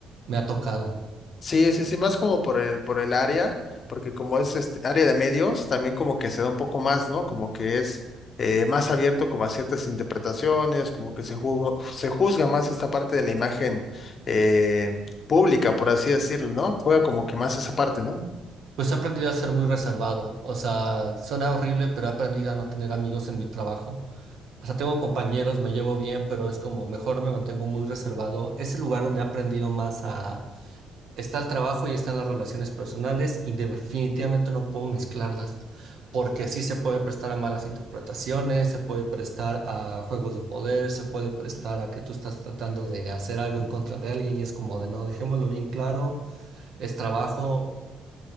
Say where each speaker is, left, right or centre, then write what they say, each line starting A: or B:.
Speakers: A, on the right; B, on the left.
A: me ha tocado.
B: sí, sí, sí, más como por el, por el área, porque como es este área de medios, también como que se da un poco más, ¿no? Como que es eh, más abierto como a ciertas interpretaciones, como que se juzga, se juzga más esta parte de la imagen eh, pública, por así decirlo, ¿no? Juega como que más esa parte, ¿no?
A: Pues he aprendido a ser muy reservado. O sea, suena horrible, pero he aprendido a no tener amigos en mi trabajo. O sea, tengo compañeros, me llevo bien, pero es como mejor me mantengo muy reservado. Es el lugar donde he aprendido más a Está el trabajo y están las relaciones personales y definitivamente no puedo mezclarlas, porque sí se puede prestar a malas interpretaciones, se puede prestar a juegos de poder, se puede prestar a que tú estás tratando de hacer algo en contra de alguien y es como de no, dejémoslo bien claro, es trabajo.